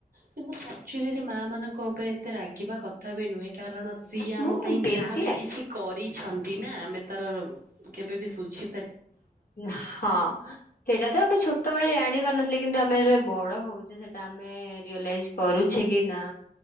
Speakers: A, on the right (about 70°); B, on the left (about 70°).
A: କିନ୍ତୁ ଆକ୍ଚୁଲିରେ ମାଁ ମାନଙ୍କ ଉପରେ ଏତେ ରାଗିବା କଥା ବି ନୁହେଁ। କାରଣ ସିଏ
B: ନା
A: ଆମ
B: ମୁଁ
A: ପାଇଁ
B: ବେଶୀ
A: ଯାହାବି କିଛି କରିଛନ୍ତି ନା ଆମେ ତାର କେବେ ବି ସୁୁଝି
B: ହଁ ସେଇଟା ତ ଆମେ ଛୋଟବେଳେ ଜାଣିପାରୁନଥିଲେ କିନ୍ତୁ ଆମେ ଯେବେ ବଡ ହଉଛେ ସେଇଟା ଆମେ ରିଅଲାଇଜ୍ କରୁଛି କି ନା